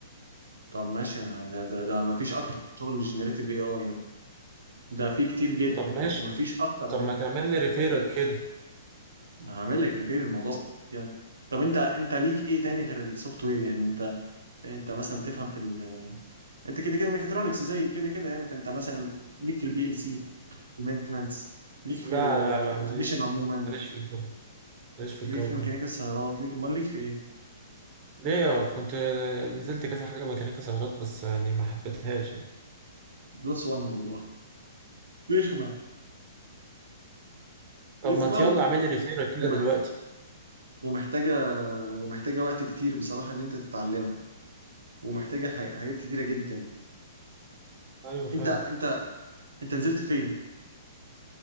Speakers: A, on the right; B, on the right.
A: طب ماشي ما- ده ده ده ما فيش اكتر من شغل الجنريتيف اي اي ده في كتير جدا
B: طب ماشي
A: مفيش اكتر
B: طب
A: منهم
B: ما تعمل لي ريفيرال كده
A: هعمل لك ريفير الموضوع بسيط يعني طب انت انت ليك ايه تاني غير السوفت وير يعني انت انت مثلا بتفهم في ال... انت كده كده ميكاترونكس زي كده كده يعني فانت مثلا ليك في البي ال سي المينتنانس ليك في
B: لا لا لا
A: الاوتوميشن
B: ماليش
A: عموما
B: ماليش في الجو ماليش في
A: ليك
B: الجو
A: في ميكانيكا
B: ده
A: السيارات ليك امال ليك في ايه
B: ليه كنت نزلت كذا حاجة ميكانيكا سيارات بس يعني ما حبيتهاش يعني
A: بلس وان والله رخمه
B: طب
A: رخمه
B: ما يلا
A: و-
B: اعمل لي ريفير كده
A: ومح-
B: دلوقتي
A: ومحتاجه ومحتاجه وقت كتير بصراحه ان انت تتعلمها ومحتاجه ح- حاجات كتيره جدا
B: ايوه فعلا
A: انت انت انت نزلت فين